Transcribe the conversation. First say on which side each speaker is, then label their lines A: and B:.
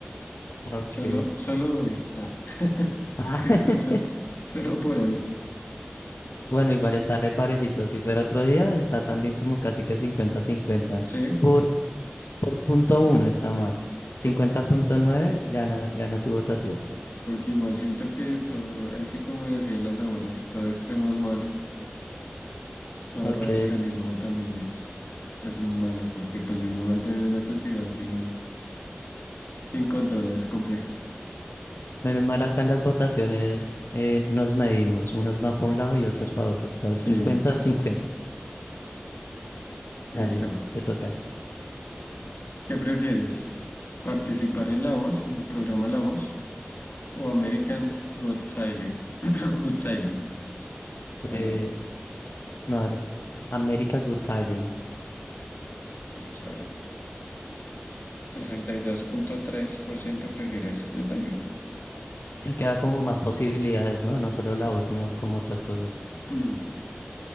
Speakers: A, on the left; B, on the left.
A: Ok.
B: Solo, solo hoy. Ah, <laughs>
A: Ah,
B: es que
A: <laughs>
B: so- so- solo por hoy.
A: bueno, igual está re parejito. Si fuera otro día, está también como casi que 50-50.
B: Sí,
A: Por Por punto uno está más. cincuenta
B: por-
A: punto nueve gana, gana tu votación.
B: porque igual siento que todo, ahí sí como decían las abuelas, todo extremo es malo. Todo
A: Ok.
B: radicalismo también es, es malo, porque pues bien o mal también una sociedad sin, sin control es compleja.
A: Menos mal hasta en las votaciones eh, nos medimos. Unos van para un lado y otros para otro. Estás
B: Sí,
A: 50 cincuenta
B: listo.
A: Dale, te toca.
B: ¿Qué prefieres? ¿Participar en La Voz, en el programa La Voz, o Americans Got Talent? <clears throat> Got Talent, perdón.
A: Eh, no, dale. America Good Talent.
B: Vamos a ver. Sesenta y dos punto tres por ciento prefiere esa. Yo también.
A: Si es que da como más posibilidades, ¿no? No solo la voz, sino como otras cosas.
B: Hmm.